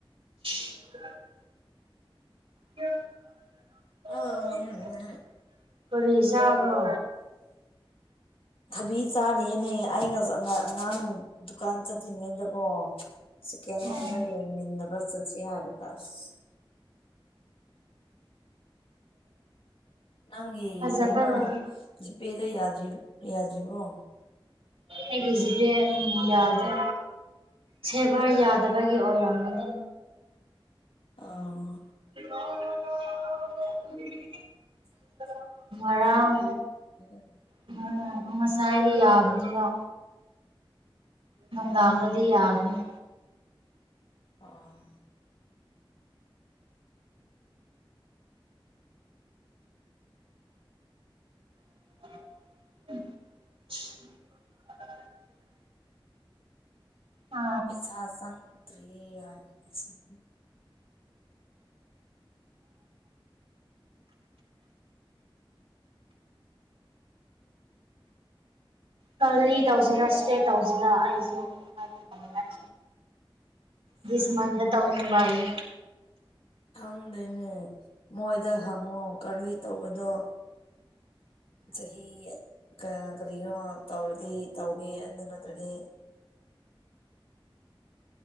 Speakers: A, on the right; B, on the left.
A: <unintelligible> <unintelligible>
B: ꯑꯥ ꯎꯝ ꯎꯝ
A: ꯀꯔꯤ ꯆꯥꯕ꯭ꯔꯣ
B: ꯊꯕꯤ ꯆꯥꯔꯤꯌꯦꯅꯦ ꯑꯩ ꯉꯁ ꯉ <unintelligible> ꯑꯉꯥꯡ ꯗꯨꯀꯥꯟ ꯆꯠꯇ꯭ꯔꯤꯉꯩꯗꯀꯣ ꯁꯦꯀꯦꯟ ꯍꯦꯟ
A: ꯎꯝ
B: ꯗ‌ꯣ ꯌꯣꯟꯃꯤꯟꯅꯕ ꯆꯠ ꯁꯦ ꯍꯥꯏꯕꯗ ꯑꯁ ꯅꯪꯒꯤ
A: ꯐꯖꯕ
B: ꯀꯔꯤꯅꯣ
A: ꯂꯩꯗꯤ
B: ꯖꯤꯄꯦꯗ ꯌꯥꯗ꯭ꯔꯤ ꯌꯥꯗ꯭ꯔꯤꯕꯣ
A: ꯑꯩꯒꯤ ꯖꯤꯄꯦ ꯎꯝ ꯌꯥꯗ꯭ꯔꯤ ꯁꯦꯕꯔ ꯌꯥꯗꯕꯒꯤ ꯑꯣꯏꯔꯝꯒꯅꯤ
B: ꯑꯝ
A: <unintelligible> ꯉꯔꯥꯡ
B: <unintelligible>
A: <unintelligible> ꯉꯁꯥꯏꯗꯤ ꯌꯥꯕꯅꯤꯀꯣ ꯅꯨꯡꯗꯥꯡꯗꯗꯤ ꯌꯥꯒꯅꯤ
B: ꯑꯣ
A: <unintelligible> ꯑ
B: ꯄꯩꯁꯥ ꯆꯦꯗ꯭ꯔꯤꯌꯦ ꯍꯥꯏ <unintelligible>
A: ꯀꯔꯂꯤ ꯇꯧꯁꯤꯔꯥ ꯏꯁꯇ꯭ꯔꯦꯠ ꯇꯧꯁꯤꯔꯥ ꯑꯩꯁꯨ ꯍꯥꯏꯕ ꯉꯝꯗꯦ ꯗꯤꯁ ꯃꯟꯗ ꯇꯧꯅꯤꯡꯕ ꯑꯩꯅ
B: ꯈꯪꯗꯦꯅꯦ ꯃꯣꯏꯗ ꯍꯪꯉꯣ ꯀꯔꯂꯤ ꯇꯧꯕꯗꯣ ꯆꯍꯤ ꯀ ꯀꯔꯤꯅꯣ ꯇꯧꯔꯗꯤ ꯇꯧꯒꯦ ꯑꯗꯨ ꯅꯠꯇ꯭ꯔꯗꯤ